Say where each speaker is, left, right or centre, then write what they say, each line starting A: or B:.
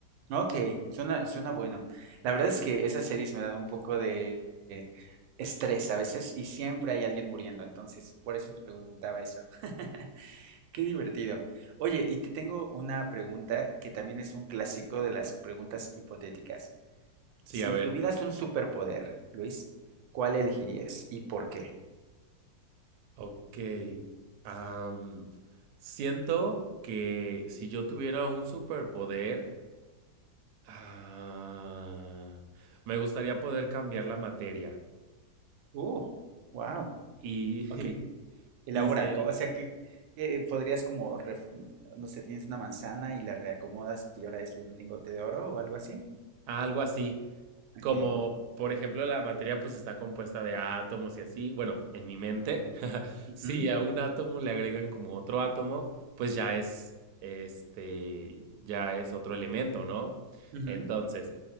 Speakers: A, on the right; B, on the right.
A: no, ok, suena, suena bueno. La verdad es que esas series me dan un poco de eh, estrés a veces y siempre hay alguien muriendo, entonces por eso te preguntaba eso. <laughs> Qué divertido. Oye, y te tengo una pregunta que también es un clásico de las preguntas hipotéticas.
B: Sí,
A: Si
B: a ver.
A: tuvieras un superpoder, Luis, ¿cuál elegirías y por qué?
B: Ok. am, siento que si yo tuviera un superpoder, ah, me gustaría poder cambiar la materia.
A: Uh, wow.
B: Y, <laughs>
A: Ok. Elabora,
B: y ser
A: co- o sea que eh, podrías como, ref- no sé, tienes una manzana y la reacomodas y ahora es un lingote de oro o algo así.
B: algo así,
A: Ok.
B: como, por ejemplo, la materia pues está compuesta de átomos y así. Bueno, en mi mente, <laughs>
A: Ujú,
B: si a un átomo le agregan como otro átomo, pues ya es, este, ya es otro elemento, ¿no?
A: ujú.
B: Entonces...